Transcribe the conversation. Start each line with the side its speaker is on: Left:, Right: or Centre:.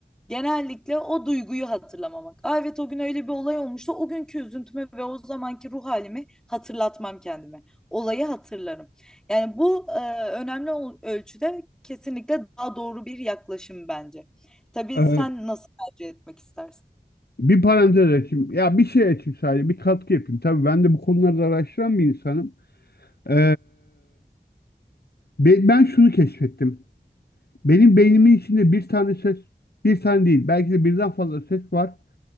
Centre: genellikle o duyguyu hatırlamamak. Aa, evet o gün öyle bir olay olmuştu. O günkü üzüntümü ve o zamanki ruh halimi hatırlatmam kendime. Olayı hatırlarım. Yani bu e, önemli ol- ölçüde kesinlikle daha doğru bir yaklaşım bence. Tabii
Left: E,
Centre: sen nasıl tercih etmek istersin?
Left: bir parantez açayım. Ya bir şey açayım sadece, bir katkı yapayım. Tabii ben de bu konularda araştıran bir insanım. E, be- ben şunu keşfettim. Benim beynimin içinde bir tane ses, bir tane değil, belki de birden fazla ses var